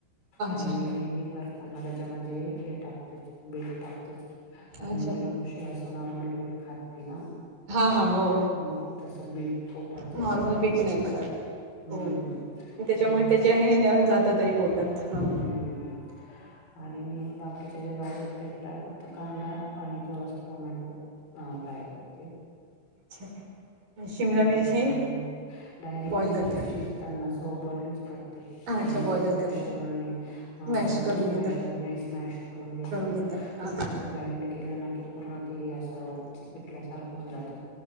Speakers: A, on the right (about 45°); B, on the left (about 45°).
A: अच्छा
B: आणि मी नेहमी करताना त्याच्यामध्ये हे टाकते बीट टाकतेच कारण
A: अच्छा
B: मला कस असं नॉर्मल बीट खात नाही ना
A: हा
B: त्यांना
A: हा हो
B: तसा बीट पोटात जाईल
A: नॉर्मल
B: व त्यांच्या
A: बीट नाही खात
B: हम्म
A: हो त्याच्यामुळे
B: तर मग
A: त्याच्याने निवांत जात तरी पोटात हा
B: हम् आणि मी बाकीच्या ज्या भाज्या तेच काय फक्त कांदा आणि थोडासा टोमॅटो फ्राय करते
A: अच्छा शिमला
B: हं
A: मिरची
B: आम्ही डायरेक्टली
A: बॉईल
B: म्हणजे
A: करता
B: ची त्यांना सुद्धा बॉइलच क ते आणि
A: अच्छा
B: मते
A: बॉईलच
B: स्मॅशरने
A: करता मॅश
B: म
A: करून
B: तेच स्मॅशरने
A: घेता
B: स्मॅश करून घेते
A: घेता हां
B: ग्राईंड केलं ना की पूर्ण ते असं पिटल्यासारखं होऊन जात